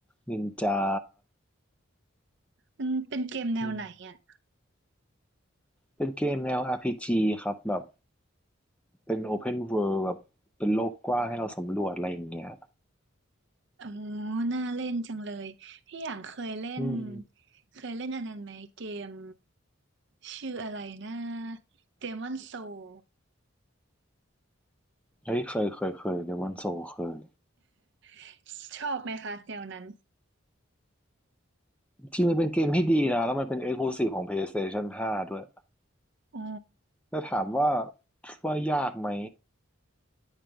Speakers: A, in the centre; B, on the right.
A: นินจา
B: มันเป็นเกมแนวไหนอ่ะ
A: อืมเป็นเกมแนว RPG ครับแบบเป็น Open World แบบเป็นโลกกว้างให้เราสำรวจอะไรอย่างเงี้ย
B: อ๋อน่าเล่นจังเลยพี่หยางเคยเล่น
A: อืม
B: เคยเล่นอันนั้นไหมเกมชื่ออะไรนะ Demon Soul
A: เฮ้ยเคยเคยเคยเดมอนโซเคย
B: <laughs> ชอบไหมคะแนวนั้น
A: จริงมันเป็นเกมที่ดีนะแล้วมันเป็น Exclusive ของ PlayStation 5ด้วย
B: อ๋อ
A: แ้่ถามว่าว่ายากไหม